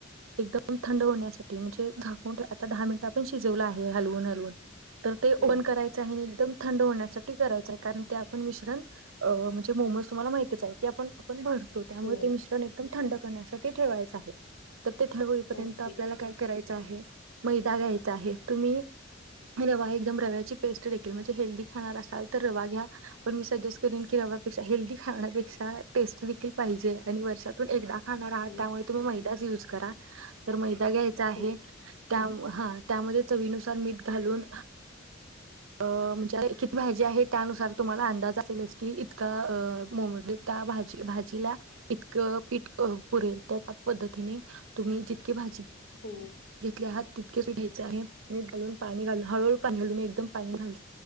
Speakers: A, on the right; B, on the left.
A: एकम थंड होण्यासाठी म्हणजे झाकून आता दहा मिनिट आपण शिकवलं आहे हलवून हलवून. तर ते
B: हो
A: ओपन करायचं आहे एकदम थंड होण्या साठी करायचं कारण ते आपण मिश्रण अ म्हणजे मोमोज तुम्हाला माहितच आहे ते आपण आपण भर तो त्यामुळे
B: हो
A: ते मिश्रण एकदम थंड करण्यासाठी ठेवायचं आहे. तर ते थंड होईपर्यंत
B: ओके
A: आपल्याला काय कराय चं आहे. मैदा घ्यायचा आहे. तुम्ही रवा एकदम रव्याची पेस्ट देखील म्हणजे हेल्दी खाणार असाल तर रवा घ्या. पण मी सजेस्ट करेन की रव्यापेक्षा हेल्दी खाण्यापेक्षा टेस्ट देखील पाहिजे आणि वर्षातून एकदा खाणार आहात
B: हो
A: त्यामुळे तुम्ही मैदाच यूज करा तर मै दा घ्यायचा आहे.
B: ओके
A: <unintelligible> हां त्यामध्ये चवीनुसार मीठ घालून अ म्हणजे किती भाजी आहे, त्यानुसार तुम्हाला अंदाज असेलच की इतक्या मोमोजला त्या भाजीला इतकं पीठ क पुरेल तर त्या पद्धतीने तुम्ही जितकी भाजी
B: हो
A: घेतले आहात तितकेच घ्यायचं आहे. मीठ घालून पाणी घालून हळूहळू पाणी घालून एकदम पाणी घाल